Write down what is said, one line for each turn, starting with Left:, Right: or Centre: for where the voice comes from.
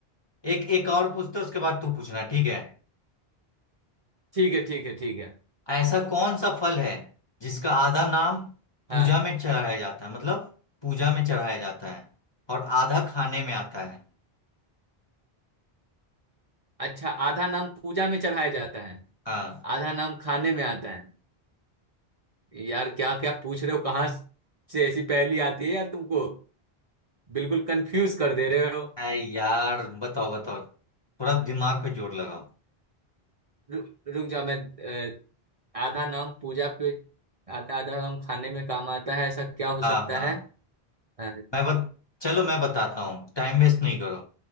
Left: एक एक और पूछते उसके बाद तू पूछना ठीक है
Right: ठीक है ठीक है ठीक है
Left: ऐसा कौन सा फल है जिसका आधा नाम पूजा
Right: हाँ
Left: में चढ़ाया जाता है मतलब पूजा में चढ़ाया जाता है और आधा खाने में आता है
Right: अच्छा आधा नाम पूजा में चढ़ाया जाता है
Left: हाँ
Right: आधा नाम खाने में आता है यार क्या क्या पूछ रहे हो कहाँ से ऐसी पहेली आती है यार तुमको बिल्कुल कंफ्यूज कर दे रहे हो
Left: अरे यार बताओ बताओ थोड़ा दिमाग पे जोर लगाओ
Right: रु, रुक जा मैं अ, आधा नाम पूजा पे आता आधा नाम खाने में काम आता है ऐसा क्या हो सकता
Left: हाँ हाँ
Right: है अ,
Left: मैं बत चलो मैं बताता हूँ टाइम वेस्ट नहीं करो